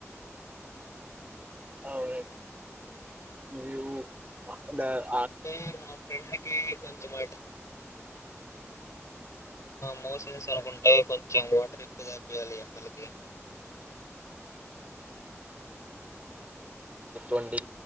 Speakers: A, on the right; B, on the left.
A: అవును మ్మ్ అలా <inaudible>
B: అంటే మా ఫ్రెండ్కి కొంచెం మోషన్స్ అనుకుంటే కొంచెం వాటర్ ఎక్కువ తాపియాలి ఎండలకి
A: ూండి